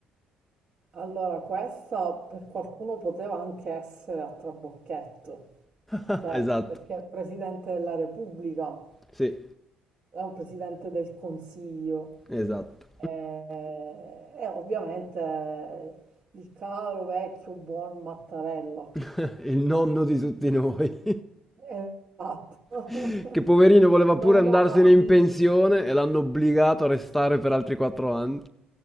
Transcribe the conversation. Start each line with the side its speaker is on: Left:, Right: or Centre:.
Right: Allora, questa per qualcuno poteva anche essere a trabocchetto, ok?
Centre: Ah, Esatto,
Right: Perché è il Presidente della Repubblica,
Centre: sì,
Right: è un Presidente del Consiglio.
Centre: esatto.
Right: E, e ovviamente il caro vecchio buon Mattarella.
Centre: <laughs> Il nonno di tutti noi.
Right: Esatto.
Centre: <laughs> Che poverino
Right: <laughs>
Centre: voleva
Right: Nonno
Centre: pure andarsene
Right: Matti,
Centre: in pensione e l'hanno obbligato a restare per altri quattro anni.